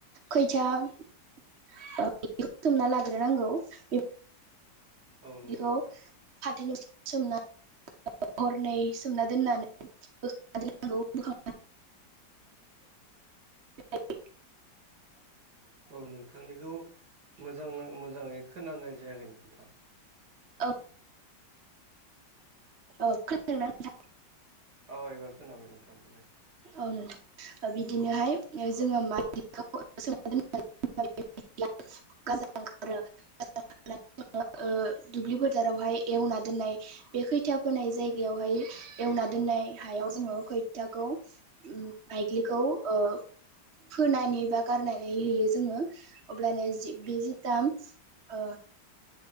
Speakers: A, on the right; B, on the right.
A: खैथा ओ <unintelligible> बुथुमना लाग्रोनांगौ बेफोर
B: औ
A: बिदिखौ
B: नंगौ नोंथां
A: फाथोनि <unintelligible> सोमना <unintelligible> हरनै सोमना दोननानै बोखारनांगौ बोखां बोखांनानै
B: औ नोंथांनिखौ मोजां नां मोजाङै खोनानाय जायाखै नोंथा
A: औ औ खोनादों ना नोंथां?
B: अ एबार खोनाबाय नोंथां बुंनाय
A: औ नोंथां। ओ बिदिनोहाय जोङो माइदलि <unintelligible> <unintelligible> गाजा ओंखारो गाजा <unintelligible> <unintelligible> ओ दुब्लि फोथारावहाय एवना दोननाय बे खैथा फोनाय जायगायावहाय एवना दोननाय हायाव जोङो खैथाखौ उम बायग्लिखौ ओ। फोनानै बा गारनानै हैयो जोङो अब्लानो जि बे जिताम। ओ